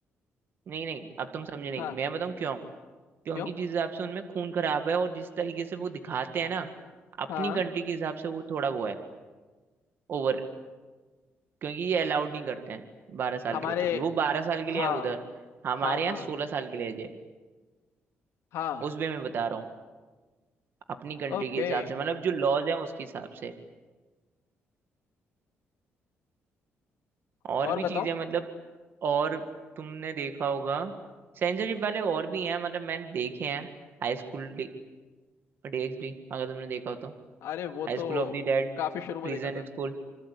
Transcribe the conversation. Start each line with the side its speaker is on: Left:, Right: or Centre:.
Right: नहीं नहीं अब तुम समझे नहीं
Left: हाँ
Right: मैं बताऊँ क्यों क्योंकि
Left: क्यों
Right: जिस हिसाब से उनमें खून खराब है और जिस तरीके से वो दिखाते हैं ना अपनी
Left: हाँ
Right: कंट्री के हिसाब से वो थोड़ा वो है ओवर क्योंकि ये अलाउड नहीं करते हैं बारह साल
Left: हमारे
Right: के बच्चों के लिए वो बारह साल के
Left: हाँ
Right: लिए है उधर हमारे
Left: हाँ हाँ
Right: यहाँ सोलह साल के लिए है ये।
Left: हाँ
Right: उस वे में बता रहा हूँ अपनी कंट्री
Left: ओके
Right: के हिसाब से मतलब जो लॉज हैं उसके हिसाब से और
Left: और
Right: भी
Left: बताओ
Right: चीजें मतलब और तुमने देखा होगा सेंसरशिप वाले और भी हैं मतलब मैंने देखे हैं हाई स्कूल डीएक्सडी अगर तुमने देखा हो तो
Left: अरे वो
Right: High School
Left: तो
Right: of the Dead
Left: काफी शुरू में
Right: Prison
Left: देखा था
Right: School